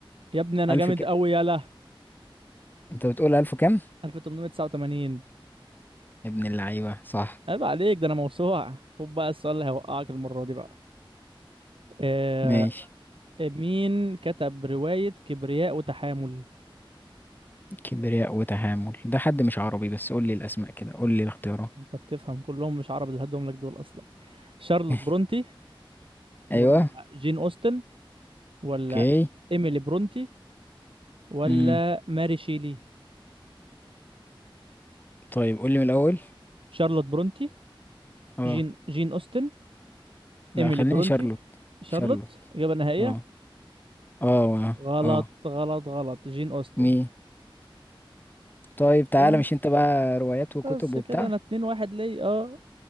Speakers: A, on the right; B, on the left.
A: يا ابني انا
B: ألف
A: جامد
B: ك...
A: قوي يلا
B: أنت بتقول ألف كام؟
A: 1889
B: يا ابن اللعيبة صح
A: عيب عليك ده انا موسوعة خد بقى السؤال اللي هيوقعك المرة دي بقى آه
B: ماشي
A: مين كتب رواية كبرياء وتحامل
B: كبرياء وتحامل ده حد مش عربي بس قول لي الأسماء كده قول لي الاختيارات
A: انت بتفهم كلهم مش عرب اللي هدهم لك دول اصلا شارلوت
B: <laughs>
A: برونتي
B: أيوه
A: ولا جين أوستن ولا
B: أوكي
A: إيميلي برونتي ولا
B: امم
A: ماري شيلي
B: طيب قول لي من الأول
A: شارلوت برونتي
B: أه
A: جين جين أوستن
B: لا
A: إيميلي
B: خليني
A: برونتي
B: شارلوت
A: شارلوت
B: شارلوت
A: إجابة نهائية
B: أه أه أه
A: غلط
B: آه.
A: غلط غلط جين أوستن
B: مي طيب تعالى
A: بس
B: مش انت بقى روايات وكتب
A: بس
B: وبتاع
A: كده أنا اتنين واحد ليا اه